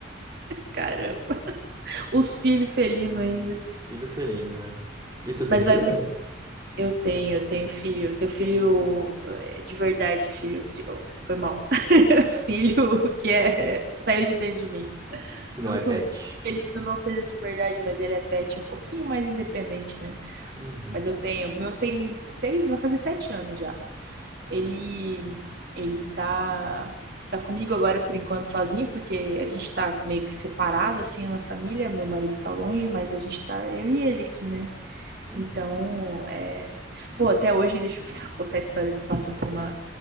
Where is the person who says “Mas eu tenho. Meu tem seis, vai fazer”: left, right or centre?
Right